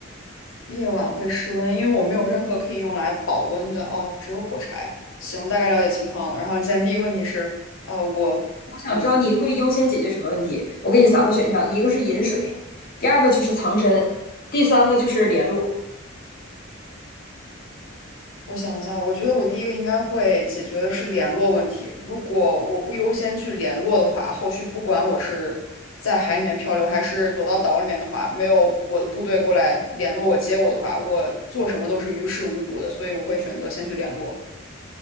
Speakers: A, on the left; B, on the left.
A: 夜晚会失温，因为我没有任何可以用来保温的哦，只有火柴。行，大概了解情况了。然后你现在第一个问题是，呃，我，
B: 我想知道你会优先解决什么问题？
A: 嗯，
B: 我给你三个选项，一个是饮水，第二个就是藏身，第三个就是联络。
A: 我想一下，我觉得我第一个应该会解决的是联络问题。如果我不优先去联络的话，后续不管我是在海里面漂流，还是躲到岛里面的话，没有我的部队过来联络我、接我的话，我做什么都是于事无补的。所以我会选择先去联络。